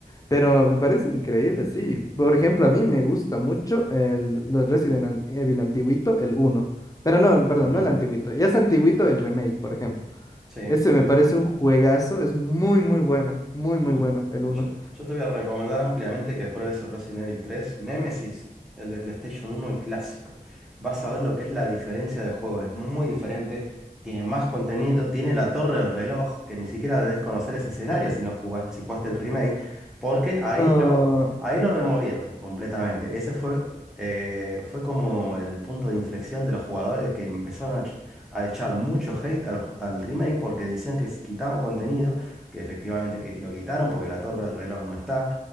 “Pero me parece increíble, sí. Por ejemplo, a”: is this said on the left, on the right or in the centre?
Left